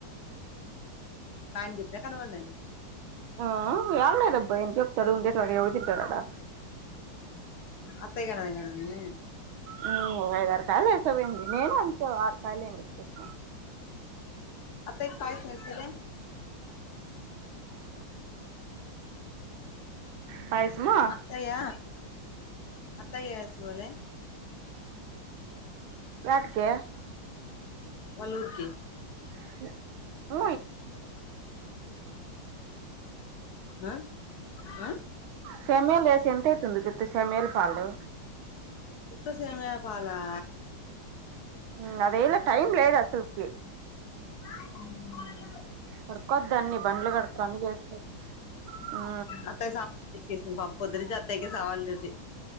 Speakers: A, on the left (about 60°); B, on the right (about 80°).
A: ఆయన చెప్పినా కనపడ్డాను
B: ఆ యాడ్లేదబ్బా ఎం చెప్తడు ఉండేటి టవే ఉంటాడా
A: అత్తయ్ గాయ్ ఆయనానె
B: ఊ ఐదారు కాయలు ఏసబొయింది నేను అంతే ఆరు కాయలేమో ఏస్కుచ్చ్
A: అత్తయ్క్ కాయసమెసూలే
B: ఆ పాయసమా
A: అత్తయా అత్తయ ఎసూలే
B: వాటికే
A: వళ్ళూరుకి
B: <inaudible>
A: ఆ ఆ
B: సెమ్యలు చేసి ఎం తైతుంది సేమ్యలు పాలు
A: ఉత్త సేమయ పాలా
B: హ్మ్ అదేలా టైం లేదు అసలుకి
A: హ్మ్
B: కడుకోవద్ అన్ని బండ్లు కడుక్కన్ని అన్ని చేసుకో ఆ
A: అత్తాయి <unintelligible> పొద్దట్నుంచి అత్తయక సవాలడిట్టి